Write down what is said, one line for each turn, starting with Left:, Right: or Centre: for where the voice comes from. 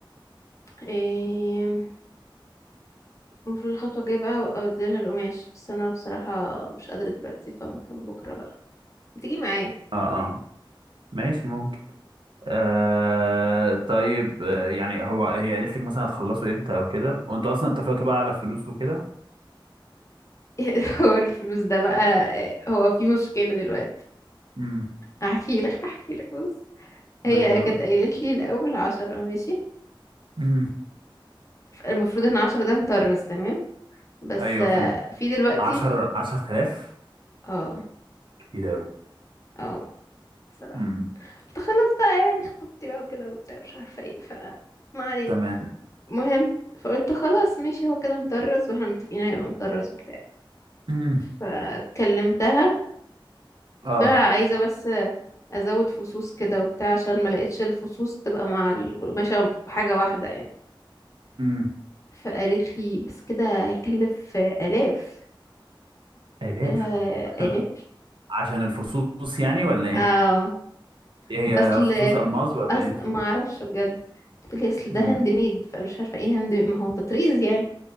Left: إيه، المفروض الخطوة الجاية بقى اوديلها القماش بس انا بصراحة مش قادرة دلوقتي فممكن بكرة بقى تيجي معايا
Right: اه اه ماشي ممكن آه طيب آه يعني هو هي قالت لك مثلا هتخلصوا امتى او كده وانت اصلا اتفقتوا بقى على فلوس وكده
Left: <laughs> هو الفلوس ده بقى هو في مشكلة دلوقتي
Right: امم
Left: هحكي لك هحكي لك بص هي
Right: ايوه
Left: كانت قايلة لي الأول عشرة ماشي
Right: امم
Left: المفروض ان عشرة ده مطرز تمام بس
Right: ايوه
Left: آه،
Right: فاهم
Left: في دلوقتي
Right: 10 10000
Left: اه
Right: كتير قوي
Left: اه صراحة
Right: امم
Left: قلت خلاص بقى يعني خطوبتي بقى وكده وبتاع مش عارفة ايه ف ما علينا
Right: تمام
Left: المهم فقلت خلاص ماشي هو كده مطرز واحنا متفقين هيبقى مطرز وبتاع
Right: امم
Left: فكلمتها
Right: اه
Left: قلت لها عايزة بس ازود فصوص كده وبتاع عشان ما لقيتش الفصوص تبقى مع القماشة حاجة واحدة يعني
Right: امم
Left: فقالت لي بس كده هيكلف آلاف
Right: الاف
Left: قلت لها
Right: عشان
Left: آلاف
Right: عشان الفصوص يعني ولا ايه
Left: اه
Right: ايه هي
Left: اصل
Right: فصوص الماس ولا
Left: أص...
Right: ايه
Left: ما اعرفش بجد بتقولي اصل ده
Right: امم
Left: هاند ميد فمش عارفه ايه هاند ميد ما هو تطريز يعني